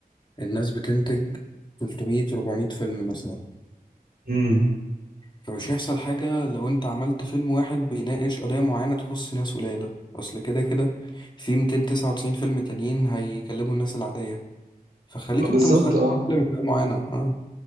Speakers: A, on the left (about 30°); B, on the right (about 80°).
A: الناس بتنتج 300 400 فيلم مثلا
B: امم
A: فمش هيحصل حاجة لو انت عملت فيلم واحد بيناقش قضية معينة تخص ناس قليلة اصل كده كده في 299 فيلم تانيين هيكلموا الناس العادية فخليك انت
B: بالظبط
A: مختلف
B: اه
A: في فئة معينة اه